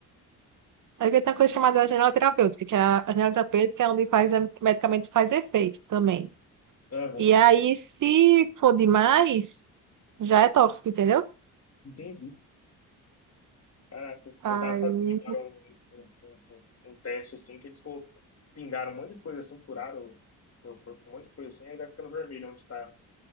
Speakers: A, on the right; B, on the left.
A: porque tem uma coisa chamada janela terapêutica, que é a, a janela terapêutica é onde faz, o medicamento faz efeito também.
B: Aham,
A: E aí, se for demais, já é tóxico, entendeu?
B: entendi. Caraca,
A: Aí
B: eu tava fazendo agora um, um, um, um- um teste assim, que eles co- pingaram um monte de coisa assim, furaram o meu corpo, um monte de coisa assim, aí vai ficando vermelho onde está